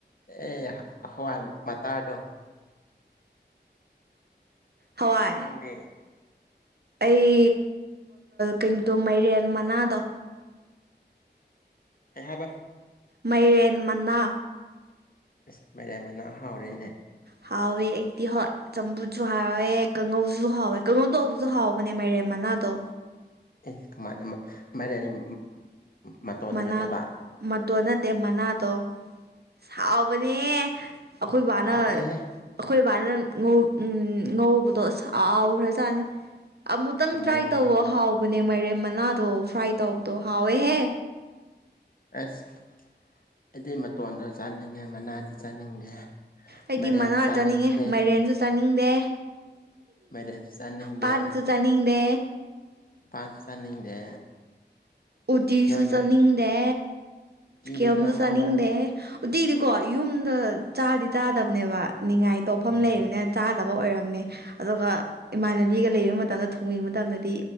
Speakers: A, on the left; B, on the right.
A: ꯑꯦ ꯍꯋꯥꯏ ꯃꯇꯥꯗꯣ
B: ꯍꯋꯥꯏ
A: ꯅꯪꯗꯤ
B: ꯑꯩ ꯀꯩꯅꯣꯗꯣ ꯃꯥꯏꯔꯦꯟ ꯃꯅꯥꯗꯣ
A: ꯀꯩ ꯍꯥꯏꯕ
B: ꯃꯥꯏꯔꯦꯟ ꯃꯅꯥ
A: ꯏꯁ ꯃꯌꯥꯏ ꯃꯅꯥ ꯍꯥꯎꯔꯦꯅꯦ
B: ꯍꯋꯦꯑꯩꯗꯤ ꯍꯣꯏ ꯆꯝꯐꯨꯠꯁꯨ ꯍꯥꯎꯋꯦ ꯀꯥꯡꯉꯧꯁꯨ ꯍꯥꯎꯋꯦ ꯀꯥꯡꯉꯧ ꯇꯧꯕꯁꯨ ꯍꯥꯎꯕꯅꯦ ꯃꯥꯏꯔꯦꯝ ꯃꯅꯥꯗꯣ
A: ꯑꯦ ꯀꯃꯥꯟꯅ ꯃꯥꯏꯔꯦꯟ ꯃꯇꯣꯟꯗꯣ
B: ꯃꯅꯥ
A: ꯅꯠꯇꯕ
B: ꯃꯇꯣꯟꯅꯗꯦ ꯃꯅꯥꯗꯣ ꯁꯥꯎꯕꯅꯦ ꯑꯩꯈꯣꯏ ꯕꯥꯅ
A: ꯍꯥꯎꯇꯦꯍꯦ
B: ꯑꯩꯈꯣꯏ ꯕꯥꯅ ꯉꯧ ꯉꯧꯕꯗꯣ ꯁꯥꯎꯈ꯭ꯔꯖꯥꯠꯅꯤ ꯑꯃꯨꯛꯇꯪ
A: ꯀꯃꯥꯏ
B: ꯇ꯭ꯔꯥꯏ
A: ꯉꯧ
B: ꯇꯧꯕ ꯍꯥꯎꯕꯅꯦ ꯃꯥꯏꯔꯦꯝ ꯃꯅꯥꯗꯣ ꯐ꯭ꯔꯥꯏ ꯇꯧꯕꯗꯣ ꯍꯥꯎꯋꯦꯍꯦ
A: ꯑꯁ ꯑꯩꯗꯤ ꯃꯇꯣꯟꯗꯣ ꯆꯥꯅꯤꯡꯉꯦ ꯃꯅꯥꯗꯤ ꯆꯥꯅꯤꯡꯗꯦ
B: ꯑꯩꯗꯤ
A: ꯃꯥꯏꯔꯦꯟꯁꯨ
B: ꯃꯅꯥ
A: ꯆꯥꯅꯤꯡꯗꯦ
B: ꯆꯥꯅꯤꯡꯉꯦ ꯃꯥꯏꯔꯦꯟꯁꯨ ꯆꯥꯅꯤꯡꯗꯦ
A: ꯃꯥꯏꯔꯦꯟꯁꯨ ꯆꯥꯅꯤꯡꯗꯦ
B: ꯄꯥꯟꯁꯨ ꯆꯥꯅꯤꯡꯗꯦ
A: ꯄꯟ ꯆꯥꯅꯤꯡꯗꯦ
B: ꯎꯇꯤꯁꯨ
A: ꯅꯣꯏꯒꯤ
B: ꯆꯥꯅꯤꯡꯗꯦ
A: ꯎꯇꯤꯗꯤ
B: ꯁꯤꯀꯤꯌꯝꯁꯨ
A: ꯈꯔ ꯍꯥꯎꯋꯦ
B: ꯆꯥꯅꯤꯡꯗꯦ ꯎꯇꯤꯗꯤꯀꯣ ꯌꯨꯝꯗ ꯆꯥꯗꯤ ꯆꯥꯗꯕꯅꯦꯕ ꯅꯤꯡꯉꯥꯏ ꯇꯧꯐꯝ
A: ꯎꯝ
B: ꯂꯩꯕꯅꯦ ꯆꯥꯗꯕ ꯑꯣꯏꯔꯝꯅꯤ ꯑꯗꯨꯒ ꯏꯃꯥꯟꯅꯕꯤꯒ ꯂꯩꯕ ꯃꯇꯝꯗ ꯊꯣꯡꯕꯤꯕ ꯃꯇꯝꯗꯗꯤ